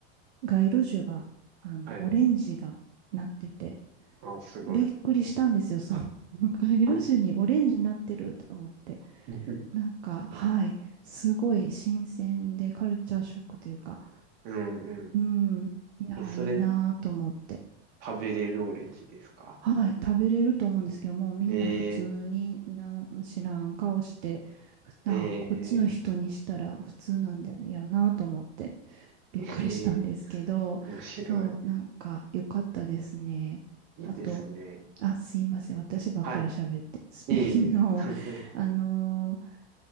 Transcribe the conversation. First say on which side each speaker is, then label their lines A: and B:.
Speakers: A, on the right; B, on the right.
A: 街路樹が、あの、
B: はい。
A: オレンジがなってて、
B: ああ、すごい。
A: びっくりしたんですよ、そう。<laughs> 街路樹にオレンジになってると思って。
B: はい。<laughs>
A: なんか、はい、すごい新鮮でカルチャーショックというか、
B: うん、う
A: うん、いやー、
B: ん。え、それ、
A: いいなーと思って。
B: 食べれるオレンジですか
A: はい、食べれると思うんですけど、もうみんな普通になん知らん顔して、
B: ええ、
A: ふあ、
B: え
A: こっちの人にしたら普通なんだよなと思って
B: え、
A: びっくりしたんですけど、
B: ええ、面白い。
A: そう、なんか良かったですね。
B: いいですね。
A: あと、あ、すいません、私ばっかり喋って、
B: はい。
A: スペインの、
B: いえいえ、<laughs> でも、
A: あのー